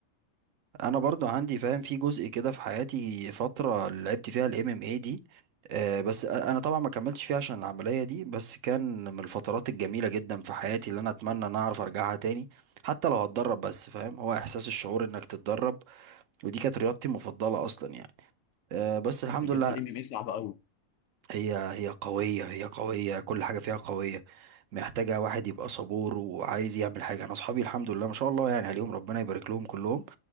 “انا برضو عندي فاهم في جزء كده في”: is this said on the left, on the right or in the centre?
Right